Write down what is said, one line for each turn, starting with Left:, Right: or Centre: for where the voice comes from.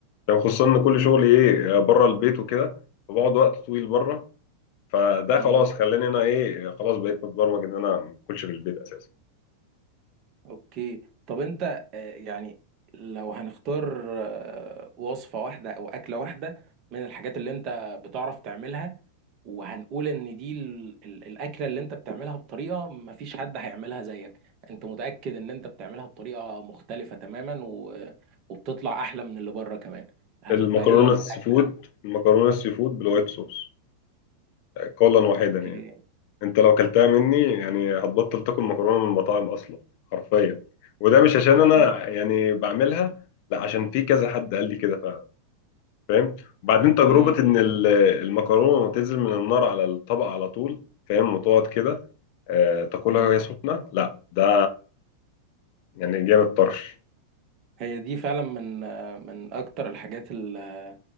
Left: يعني خصوصا ان كل شغلي ايه بره البيت وكده فبقعد وقت طويل بره فده
Right: مم.
Left: خلاص خلاني انا ايه خلاص بقيت متبرمج ان انا ما اكلش في البيت اساسا
Right: اوكي طب انت آه، يعني لو هنختار آه، وصفة واحدة او اكلة واحدة من الحاجات اللي انت بتعرف تعملها وهنقول ان دي ال- ال- الاكله اللي انت بتعملها بطريقه ما فيش حد هيعملها زيك انت متاكد ان انت بتعملها بطريقه مختلفه تماما و... وبتطلع احلى من اللي بره كمان هتبقى
Left: المكرونه
Right: ايه الاكله
Left: السي فود
Right: دي
Left: المكرونه السي فود بالوايت صوص قولا واحدا
Right: اوكي
Left: يعني انت لو كلتها مني يعني هتبطل تاكل مكرونه من المطاعم اصلا حرفيا وده مش عشان
Right: والله
Left: انا يعني بعملها لا عشان في كذا حد قال لي كده فعلا فاهم وبعدين تجربه
Right: اوكي
Left: ان ال- المكرونه تنزل من النار على الطبق على طول فاهم وتقعد كده آه، تاكلها
Right: مم.
Left: وهي سخنه لا ده يعني جامد طرش
Right: هي دي فعلا من من اكتر الحاجات ال-